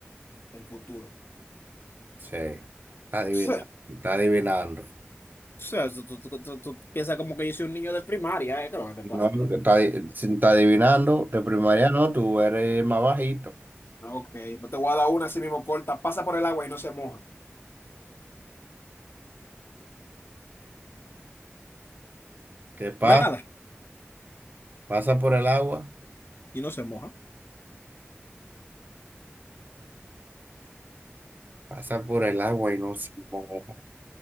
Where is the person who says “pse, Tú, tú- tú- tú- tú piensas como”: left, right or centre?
Left